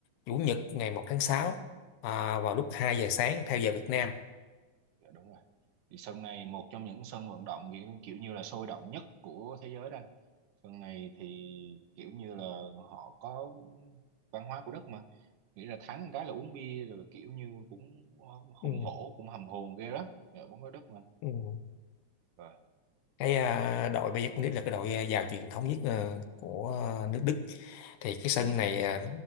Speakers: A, on the left; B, on the right.
A: chủ nhật ngày một tháng sáu à, vào lúc 2 giờ sáng theo giờ Việt Nam.
B: dạ đúng rồi. Thì sân này một trong những sân vận động kiểu, kiểu như là sôi động nhất của thế giới đó anh. Sân này thì kiểu như là họ có văn hóa của đất mà. Nghĩ là thắng cái là uống bia rồi kiểu như cũng
A: Ừ,
B: hùng hổ, cũng hầm hồn ghê lắm. Dạ, bóng đá đất mà anh.
A: ừ.
B: Rồi.
A: cái à, đội Bayern Munich là cái đội giàu truyền thống nhất à, của à, nước Đức thì cái sân
B: Ừ,
A: này à,